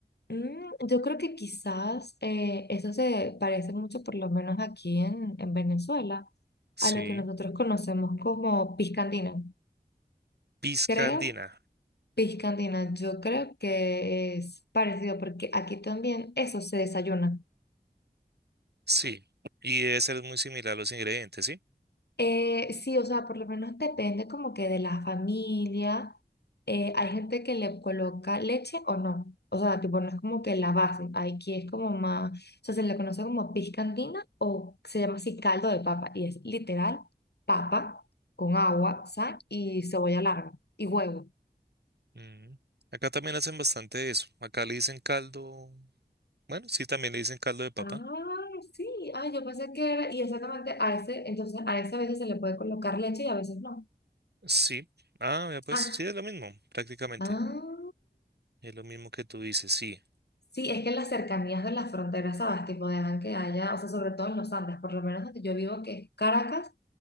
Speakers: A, on the left; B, on the right.
A: Mm, yo creo que quizás eh, eso se parece mucho, por lo menos aquí en, en Venezuela,
B: Sí,
A: a lo que nosotros conocemos como piscandina.
B: pizca
A: Creo,
B: andina.
A: piscandina, yo creo que es parecido porque aquí también eso se desayuna.
B: Sí, y debe ser muy similar a los ingredientes, ¿sí?
A: Eh, sí, o sea, por lo menos depende como que de la familia. Eh, hay gente que le coloca leche o no. O sea, tipo, no es como que la base. Aquí es como más, o sea, se le conoce como piscandina o se llama así caldo de papa. Y es literal papa con agua, sal y cebolla larga y huevo.
B: Mm. Acá también hacen bastante eso. Acá le dicen caldo. Bueno, sí, también le dicen caldo de papa.
A: Ah, sí. Ah, yo pensé que era, y exactamente a ese, entonces a ese a veces se le puede colocar leche y a veces no.
B: Sí. Ah, ya pues
A: Ah,
B: sí, es lo mismo, prácticamente.
A: ah.
B: Es lo mismo que tú dices, sí.
A: Sí, es que las cercanías de las fronteras, ¿sabes? Tipo, dejan que haya, o sea, sobre todo en los Andes, por lo menos donde yo vivo, que es Caracas,